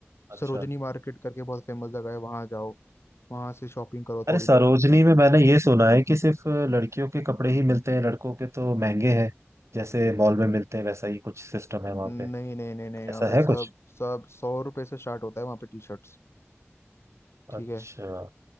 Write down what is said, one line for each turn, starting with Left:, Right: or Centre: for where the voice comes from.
Right: अच्छा
Left: सरोजनी मार्केट करके बहुत फेमस जगह है वहां जाओ वहां से शॉपिंग करो
Right: अरे
Left: थोड़ी
Right: सरोजनी
Left: बहुत
Right: में मैंने ये सुना है कि सिर्फ लड़कियों के कपड़े ही मिलते हैं लड़कों के तो महंगे हैं जैसे मॉल में मिलते हैं वैसा ही कुछ सिस्टम है वहां
Left: नहीं
Right: पे
Left: नहीं नहीं नहीं वहाँ
Right: ऐसा
Left: पे
Right: है
Left: सब
Right: कुछ
Left: सब सौ रुपए से स्टार्ट होता है वहाँ पे टी शर्ट्स ठीक
Right: अच्छा
Left: है